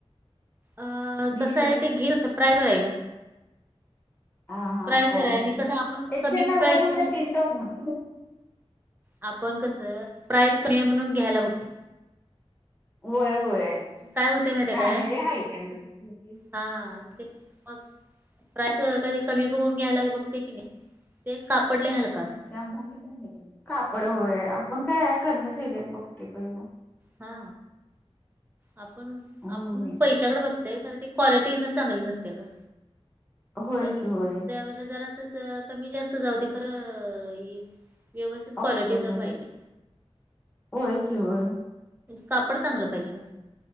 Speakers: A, on the right; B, on the left.
A: अ
B: मिशोला
A: कसं आहे ते घेल स प्र्रायवर आहे का.
B: हा हा
A: प्राईजवर
B: प्रास
A: आहे आणि
B: एकशे
A: कसं आपण कमी
B: नव्या
A: प्राईज
B: नव
A: म्हणून
B: तीन टॉक म्हण.
A: आपण कसं प्राईज म्हणून. घ्यायला बघतो
B: होय होय.
A: काय होते म ते काय
B: आणि हलक्यामध्ये
A: हा ते मग. प्राईस कधी कमी बघून घ्यायला बघते की नाही ते कापडले हलका असत.
B: त्या कापड होय आपण काय कमी सजत बघते पहिलं.
A: हा. आपण
B: होय.
A: आपण पैशाकडे बघतय कारण ते क्वालिटी चांगली नसते का.
B: होय
A: त्या
B: की होय
A: त्याा जरा अस कमी जास्त जाऊ दे खरं. व्यवस्थित क्वालिटी
B: ऑफर
A: तर
B: मध्ये
A: पाहिजे.
B: होय की होय
A: कापड चांगलं पाहिजे का